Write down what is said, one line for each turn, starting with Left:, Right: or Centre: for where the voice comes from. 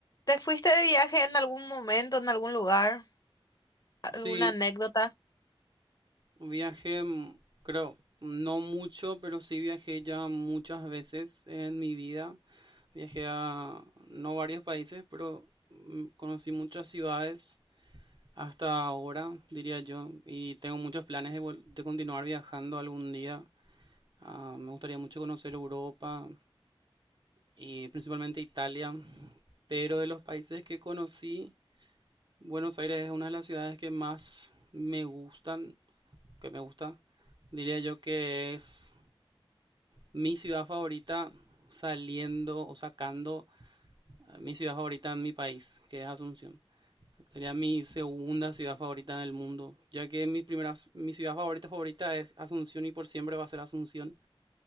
Left: ¿Te fuiste de viaje en algún momento, en algún lugar?
Right: Sí,
Left: ¿Alguna anécdota?
Right: viajé, mm, creo, no mucho, pero sí viajé ya muchas veces en mi vida. Viajé a no varios países, pero mm, conocí muchas ciudades hasta ahora, diría yo, y tengo muchos planes de, vol- de continuar viajando algún día. Ah, me gustaría mucho conocer Europa y principalmente Italia, pero de los países que conocí, Buenos Aires es una de las ciudades que más me gustan. que me gusta. Diría yo que es mi ciudad favorita saliendo o sacando eh, mi ciudad favorita en mi país, que es Asunción. Sería mi segunda ciudad favorita del mundo, ya que mi primera, mi ciudad favorita favorita es Asunción y por siempre va a ser Asunción.